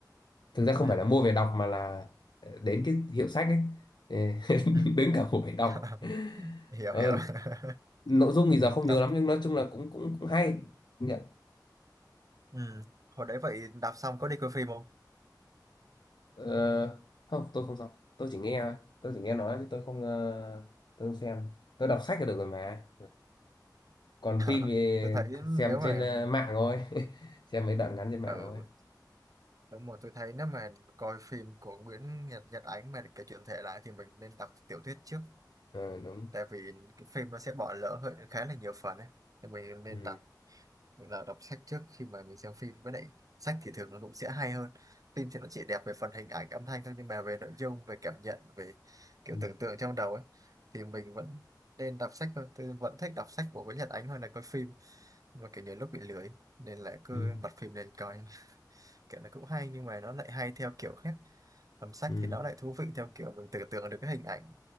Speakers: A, on the left; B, on the right.
A: thực ra không
B: Ừ.
A: phải là mua về đọc mà là ờ, đến cái hiệu sách ấy Ờ, <laughs>
B: Ừ.
A: đứng cả buổi đọc
B: <laughs> Hiểu
A: ờ,
B: hiểu. <laughs>
A: nội dung thì giờ không nhớ
B: Đọc
A: lắm nhưng nói chung là cũng cũng cũng hay Công nhận
B: Ừ. Hồi đấy vậy đạp xong có đi coi phim không?
A: ờ, không tôi không đọc tôi chỉ nghe tôi chỉ nghe nói chứ tôi không ờ, tôi không xem tôi đọc sách là được rồi mà còn
B: <laughs>
A: phim thì
B: tôi thấy
A: xem
B: nếu
A: trên
B: mà
A: ờ, mạng thôi <laughs> xem mấy đoạn ngắn trên mạng
B: ừ
A: thôi
B: đúng rồi tôi thấy nếu mà coi phim của Nguyễn Nhật Nhật Ánh mà kể chuyện thể lại thì mình nên đọc tiểu thuyết trước
A: ờ đúng
B: tại vì cái phim nó sẽ bỏ lỡ hơi khá là nhiều phần ấy thì mình nên
A: ừ
B: đọc là đọc sách trước khi mà mình xem phim với lại sách thì thường nó cũng sẽ hay hơn phim thì nó chỉ đẹp về phần hình ảnh âm thanh thôi nhưng mà về nội dung về cảm nhận về kiểu
A: ừ
B: tưởng tượng trong đầu ấy thì mình vẫn nên đọc sách hơn tôi vẫn thích đọc sách của Nguyễn Nhật Ánh hơn là coi phim và kiểu nhiều lúc bị lười nên lại cứ
A: ừ
B: bật phim lên coi <laughs> kiểu nó cũng hay nhưng mà nó lại hay theo kiểu khác còn sách
A: ừ
B: thì nó lại thú vị theo kiểu mình tưởng tượng được cái hình ảnh